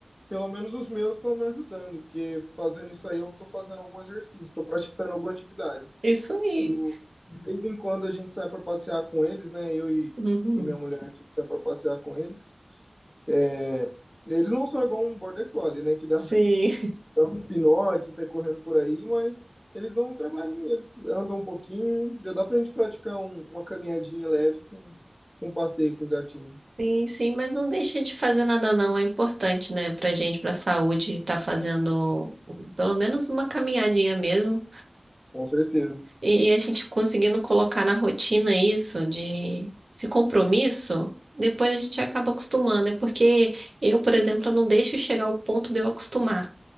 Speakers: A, on the left (about 20°); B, on the right (about 65°).
A: pelo menos os meus estão me ajudando, porque fazendo isso aí eu estou fazendo algum exercício, estou praticando alguma atividade.
B: Isso aí.
A: Eu- de vez em quando a gente sai para passear com eles, né? Eu e,
B: Uhum,
A: e minha mulher, a gente sai para passear com eles. É, Eles não são igual um border collie, né? Que dá
B: Sim.
A: um <laughs> pinote, sai correndo por aí, mas eles dão um trabalhinho, eles andam um pouquinho, já dá pra gente praticar um- uma caminhadinha leve com, com um passeio com os gatinhos.
B: Sim, sim, mas não deixa de fazer nada não, é importante, né, pra gente, pra saúde, tá fazendo pelo menos uma caminhadinha mesmo.
A: Com certeza.
B: E a gente conseguindo colocar na rotina isso de esse compromisso, depois a gente acaba acostumando. É porque eu, por exemplo, eu não deixo chegar ao ponto de eu acostumar.